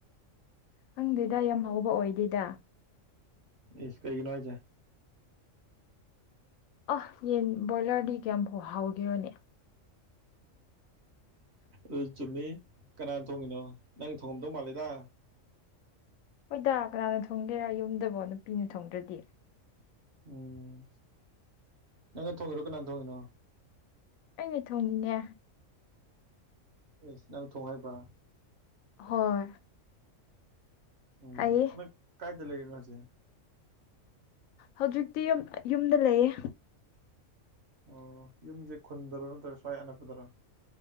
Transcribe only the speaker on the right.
ꯏꯁ ꯀꯩꯒꯤꯅꯣ ꯍꯥꯏꯖꯦ
ꯑꯗꯨꯏ ꯆꯨꯝꯃꯦꯍꯦ ꯀꯅꯥꯟ ꯊꯣꯡꯉꯤꯅꯣ ꯅꯪ ꯊꯣꯡꯉꯝꯗꯧ ꯃꯥꯜꯂꯦꯗ
ꯎꯝ ꯅꯪꯅ ꯊꯣꯡꯉꯤꯔꯣ ꯀꯅꯥꯅ ꯊꯣꯡꯉꯤꯅꯣ
ꯏꯁ ꯅꯪ ꯊꯣꯡ ꯍꯩꯕꯥ
ꯎꯝ
ꯅꯪ ꯀꯥꯏꯗ ꯂꯩꯔꯤꯅꯣ ꯍꯖꯤꯛ
ꯑꯣ ꯌꯨꯝꯁꯦ ꯈꯨꯟꯗꯔꯣ ꯅꯠꯇ꯭ꯔꯒ ꯁ꯭ꯋꯥꯏ ꯑꯅꯛꯄꯗꯔꯥ